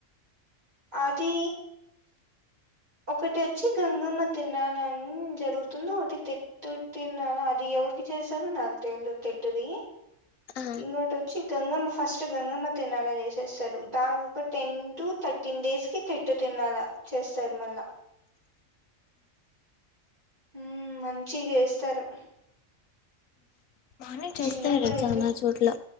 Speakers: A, on the right; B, on the left.
A: అది ఒకటి వచ్చి గంగమ్మ తిర్నాల్ అన్ జరుగుతుంది ఒకటి తేట్టు తిర్నాల్ అది ఎవరికి చేసారో నాకు తేల్ద్ తెట్టుది
B: ఆ
A: ఇంకోటి వచ్చి గంగమ్మ ఫస్ట్ గంగమ్మ తిర్నాల్ లా చేసేస్తాడు దానికి ఒక టెన్ టు థర్టీన్ డేస్ కి తిట్టు తీర్నాల చేస్ తరు మల్ల ఉ మంచి చేస్తారు
B: అనీ చేస్తారు
A: చిన్నప్పుడైతే
B: తెల్సా చాలా చోట్ల